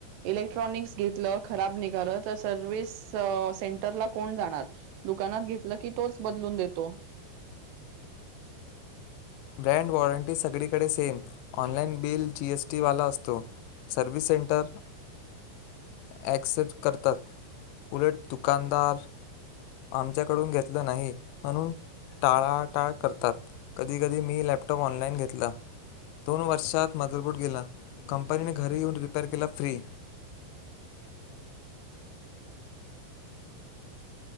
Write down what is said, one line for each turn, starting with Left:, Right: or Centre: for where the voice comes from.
Right: इलेक्ट्रॉनिकस् घेतलं खराब निघालं तर सर्विस अ सेंटरला कोण जाणार? दुकानात घेतलं की तोच बदलून देतो.
Left: ब्रँड वॉरंटी सगळीकडे सेम ऑनलाइन बिल जीएसटीवाला असतो. सर्विस सेंटर -- ॲक्सेप्ट करतात. उलट दुकानदार -- आमच्याकडून घेतलं नाही म्हणून टाळाटाळ करतात. कधी कधी मी लॅपटॉप ऑनलाइन घेतला. दोन वर्षत मदरबोट गेला. कंपनीने घरी येऊन रिपेअर केला फ्री.